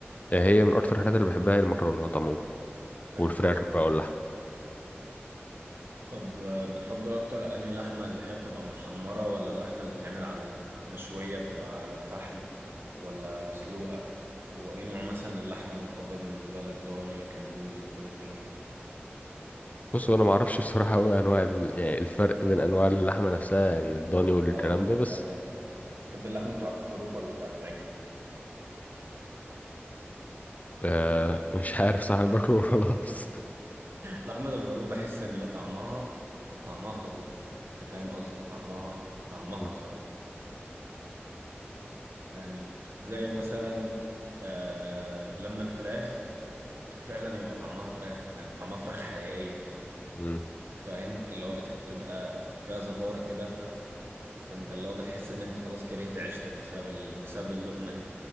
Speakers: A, on the left; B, on the right.
A: آه، هي من اكتر الحاجات اللي بحبها هي المكرونات عموما
B: ايوه
A: والفراخ بقى واللحمه
B: طب آه، بتفضل أكتر أنهي لحمة اللي هي بتبقى محمرة ولا اللحمة اللي بتعمل على المشوية بتبقى على الفحم ولا مسلوقة وإيه نوع مثلا اللحمة المفضل بالنسبة لك ضاني كندوز وكل الكلام ده
A: بص انا ما اعرفش بصراحه قوي انواع ال... يعني الفرق بين انواع اللحمه نفسها يعني الضاني
B: هبدأ-
A: والكلام
B: هقول لك
A: ده
B: أسألها
A: بس
B: لك تحب اللحمة بتاعة الخروف ولا بتاعة العجل؟
A: آه <laughs> مش عارف صح انا باكله <laughs> وخلاص
B: لحمة الخروف بحس إن هي طعمها طعمها خروف أنت فاهم قصدي طعمها طعمها
A: م-
B: خروف يعني زي مثلا آه لما الفراخ فعلا يبقى طعمها فراخ فاهم طعمها فراخ حقيقية
A: م-
B: فاهم اللي هو بتبقى فيها زفارة كده ف... فأنت اللي هو بتحس إن أنت خلاص كرهت عيشتك بسبب ال... بسبب اللقمة دي